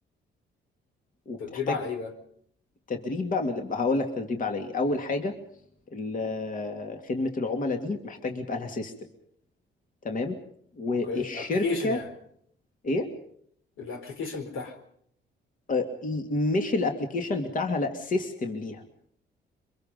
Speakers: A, on the left; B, on the left.
A: وبتحتاج
B: تدريب على ايه بقى
A: تدريب بقى ما- هقول لك تدريب على ايه اول حاجة ال- آه، خدمة العملاء دي محتاج يبقى لها سيستم تمام والشركة
B: اوكي ابلكيشن يعني
A: ايه
B: الابلكيشن بتاعها
A: آه، ي- مش الابليكيشن بتاعها لا سيستم ليها